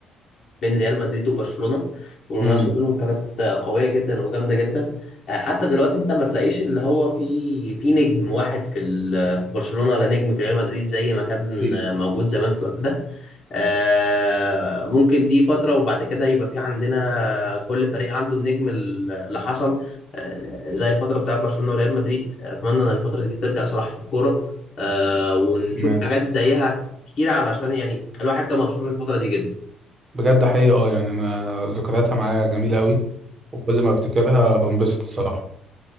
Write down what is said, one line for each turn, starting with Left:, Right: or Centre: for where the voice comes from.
Left: بين ريال مدريد وبرشلونة والمنافسة
Right: امم
Left: بينهم كانت قوية جدا وجامدة جدا آه، حتى دلوقتي أنت ما تلاقيش اللي هو في في نجم واحد في ال- في برشلونة ولا نجم في ريال مدريد زي ما كان
Right: مفيش
Left: موجود زمان في الوقت ده آه، ممكن دي فترة وبعد كده يبقى في عندنا كل فريق عنده النجم اللي حصل آه، زي الفترة بتاعت برشلونة وريال مدريد أتمنى إن الفترة دي ترجع صلاح في الكورة آه، ونشوف
Right: تمام
Left: حاجات زيها كتير علشان يعني الواحد كان مبسوط بالفترة دي جدا
Right: بجد حقيقي اه يعني انا ذكرياتها معايا جميله قوي وكل ما افتكرها بنبسط الصراحه